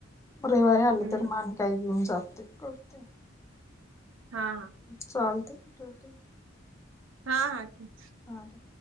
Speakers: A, on the left; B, on the right.
A: रविवारी आल
B: हम्म
A: तर मान काय घेऊन जाते करते
B: हा हा
A: चालते ठेवते
B: हा हां हां
A: हं